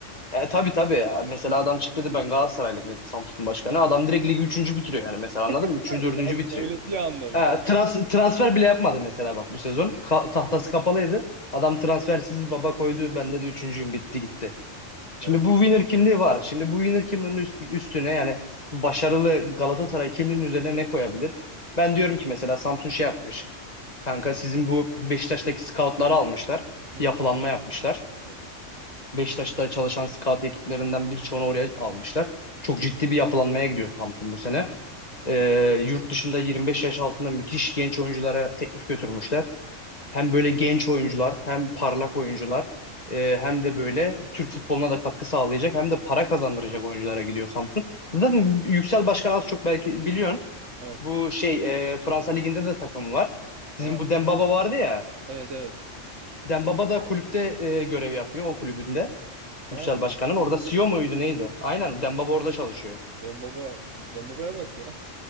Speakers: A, on the left; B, on the right.
A: E, tabii tabii. Mesela adam çıktı dedi ben Galatasaraylıyım dedi Samsun Başkanı. Adam direkt ligi üçüncü bitiriyor yani mesela anladın
B: <laughs>
A: mı? Üçüncü, dördüncü
B: Daha
A: bitiriyor.
B: söylediği anda
A: Ha,
B: ben.
A: trans transfer bile yapmadı mesela bak bu sezon. Ka- tahtası kapalıydı. Adam transfersiz baba koydu. Ben dedi üçüncüyüm bitti gitti. Şimdi
B: Evet.
A: bu winner kimliği var. Şimdi bu winner kimliğinin üst- üstüne yani bu başarılı Galatasaray kimliğinin üzerine ne koyabilir? Ben diyorum ki mesela Samsun şey yapmış. Kanka sizin bu Beşiktaş'taki scoutları almışlar.
B: Hı
A: Yapılanma
B: hı.
A: yapmışlar.
B: Evet.
A: Beşiktaş'ta çalışan scout ekiplerinden birçoğunu oraya almışlar. Çok ciddi bir yapılanmaya gidiyor Samsun bu sene.
B: Aa,
A: Ee, yurt dışında 25 yaş altında müthiş genç oyunculara teklif götürmüşler. Hem böyle genç oyuncular hem parlak oyuncular e, hem de böyle Türk futboluna da katkı sağlayacak hem de para kazandıracak oyunculara gidiyor Samsun. Zaten Yüksel Başkan az çok belki biliyorsun.
B: evet.
A: Bu şey e, Fransa Ligi'nde de takımı var. Sizin
B: Aa,
A: bu Dembaba vardı ya.
B: evet evet.
A: Dembaba da kulüpte e, görev yapıyor o kulübünde.
B: Aa,
A: Yüksel Başkan'ın. Orada CEO muydu neydi? Aynen Dembaba orada çalışıyor.
B: Dembaba Dembaba'ya bak ya.